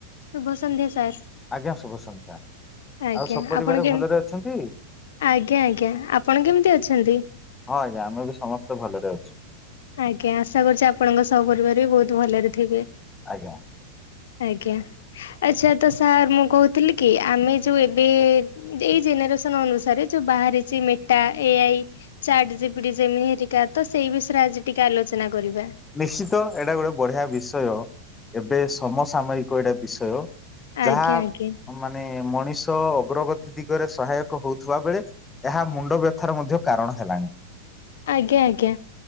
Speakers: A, on the left; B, on the left.
A: ଶୁଭ ସଂନ୍ଧ୍ୟା ସାର୍।
B: ଆଜ୍ଞା ଶୁଭ ସଂନ୍ଧ୍ୟା
A: ଆଜ୍ଞା
B: ଆଉ ସପରିବାର
A: ଆପଣ କେମ
B: ଭଲରେ ଅଛନ୍ତି ହଁ
A: ଆଜ୍ଞା ଆଜ୍ଞା ଆପଣ କେମିତି ଅଛନ୍ତି?
B: ଆଜ୍ଞା ଆମେ ବି ସମସ୍ତ ଭଲରେ ଅଛୁ।
A: ଆଜ୍ଞା ଆଶା କରୁଛି ଆପଣଙ୍କ ସପରିବାର ବି ବହୁତ ଭଲରେ ଥିବେ।
B: ଆଜ୍ଞା।
A: ଆଜ୍ଞା ଆଚ୍ଛା ତ ସାର୍ ମୁଁ କହୁଥିଲି କି ଆମେ ଯୋଉ ଏବେ ଏଇ ଜେନେରେସନ ଅନୁସାରେ ଯଉ ବାହାରିଛି ମେଟା ଏଆଇ ଚାର୍ଟ ଜିପିଡି ଯେମିତିକା ତ ସେଇ ବିଷୟରେ ଆଜି ଟିକେ ଆଲୋଚନା କରିବା।
B: ନିଶ୍ଚିତ ଏଇଟା ଗୋଟେ ବଢିଆ ବିଷୟ ଏବେ ସମସାମୟିକ ଏଇଟା ବିଷୟ।
A: ଆଜ୍ଞା
B: ଯାହା
A: ଆଜ୍ଞା
B: ମାନେ ମଣି ଷ ଅଗ୍ରଗତି ଦିଗରେ ସହାୟକ ହଉଥିବା ବେଳେ ଏହା ମୁଣ୍ଡ ବ୍ୟଥାର ମଧ୍ୟ କାରଣ ହେଲାଣି।
A: ଆଜ୍ଞା ଆଜ୍ଞା